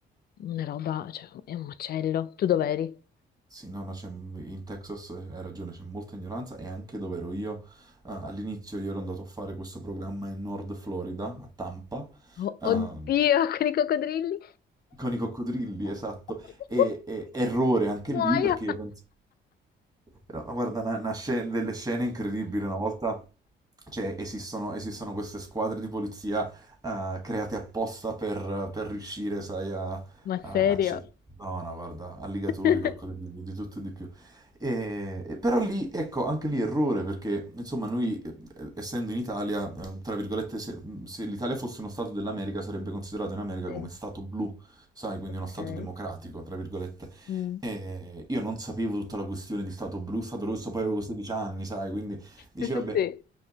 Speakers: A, on the left (about 50°); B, on the right (about 20°).
A: una roba, cioè, è un macello. Tu dov'eri?
B: sì, no, no, c'è- in Texas hai ragione, c'è molta ignoranza e anche dove ero io, eh, all'inizio io ero andato a fare questo programma in Nord Florida, a Tampa,
A: Oh,
B: ehm,
A: oddio, <laughs> con i coccodrilli?
B: Con i coccodrilli,
A: <laughs>
B: esatto. E, e- errore anche
A: Muoio!
B: lì perché io penso... No, guarda, una- una scena- delle scene incredibili. Una volta cioè, esistono, esistono queste squadre di polizia eh, create apposta per, per riuscire, sai, a, a,
A: Ma serio?
B: a cer- No, no, guarda, alligatori,
A: <laughs>
B: coccodrilli, di tutto e di più. E- e però lì, ecco, anche lì errore, perché insomma noi, eh, essendo in Italia, eh, tra virgolette, se, se l'Italia fosse uno stato dell'America, sarebbe considerato in America
A: Sì,
B: come stato blu, sai, quindi
A: ok.
B: uno Stato democratico, tra virgolette.
A: Mm.
B: E io non sapevo tutta la questione di Stato blu, Stato rosso, poi avevo 16 anni, sai, quindi dicevo,
A: Sì, sì,
B: vabbè,
A: sì.